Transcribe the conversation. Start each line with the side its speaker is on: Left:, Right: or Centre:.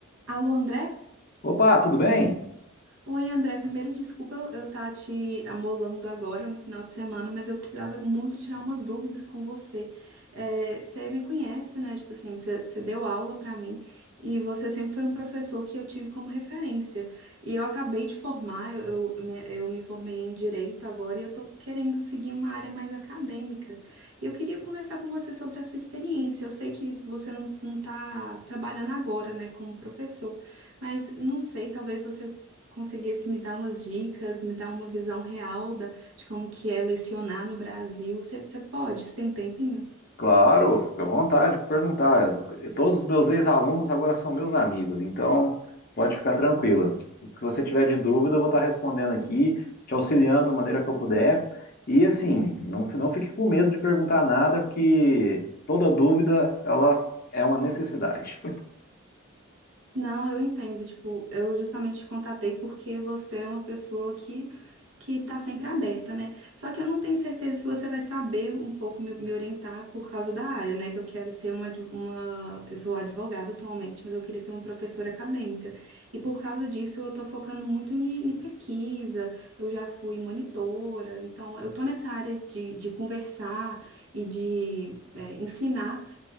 Right: Alô, André?
Left: Opa, tudo bem?
Right: Oi, André. Primeiro, desculpa eu eu tá te amolando agora no final de semana, mas eu precisava muito tirar umas dúvidas com você. É, você me conhece, né? Tipo assim, você você deu aula pra mim e você sempre foi um professor que eu tive como referência. E eu acabei de formar, eu, eu, me, eu me formei em Direito agora e eu tô querendo seguir uma área mais acadêmica. E eu queria conversar com você sobre a sua experiência. Eu sei que você não, não tá trabalhando agora, né, como professor. Mas não sei, talvez você conseguisse me dar umas dicas, me dar uma visão real da, de como que é lecionar no Brasil. Você você pode? Você tem um tempinho?
Left: Claro, fica à vontade de perguntar. Eu- Todos os meus ex-alunos agora são meus amigos, então pode ficar tranquila. O que você tiver de dúvida, eu vou estar respondendo aqui, te auxiliando da maneira que eu puder. E assim, não, fi- não fique com medo de perguntar nada, porque toda dúvida, ela é uma necessidade.
Right: Não, eu entendo. Tipo, eu justamente te contatei porque você é uma pessoa que, que tá sempre aberta, né? Só que eu não tenho certeza se você vai saber um pouco me, me orientar por causa da área, né? Que eu quero ser uma, adv- uma. Eu sou advogada atualmente, mas eu queria ser uma professora acadêmica. E por causa disso, eu tô focando muito em, em pesquisa, eu já fui monitora, então eu tô nessa área de, de conversar e de. eh, ensinar